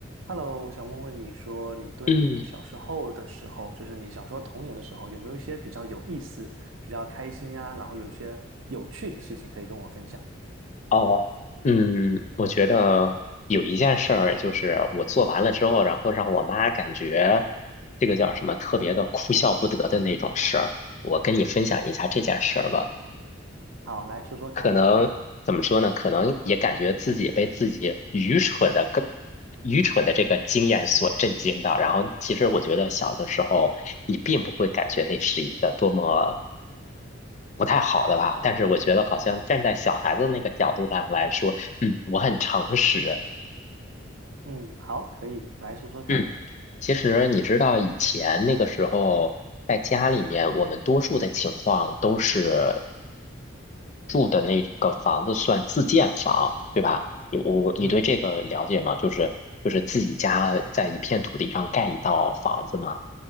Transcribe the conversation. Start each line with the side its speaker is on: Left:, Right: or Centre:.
Right: Hello，我想问问你说，你对你小时候的时候，
Left: 嗯，
Right: 就是你小时候童年的时候，有没有一些比较有意思、比较开心啊，然后有一些有趣的事情可以跟我分享？
Left: 哦，嗯，我觉得有一件事儿，就是我做完了之后，然后让我妈感觉这个叫什么特别的哭笑不得的那种事儿，我跟你分享一下这件事儿吧。
Right: 好，来说说看。
Left: 可能怎么说呢？可能也感觉自己被自己愚蠢的更愚蠢的这个经验所震惊到。然后，其实我觉得小的时候，你并不会感觉那是一个多么。不太好的吧，但是我觉得好像站在小孩子那个角度上来说，嗯，我很诚实。
Right: 嗯，好，可以，来说说看。
Left: 嗯，其实你知道以前那个时候在家里面，我们多数的情况都是。住的那个房子算自建房，对吧？你我你对这个了解吗？
Right: 嗯，
Left: 就是就是自己家在一片土地上盖一套房子嘛，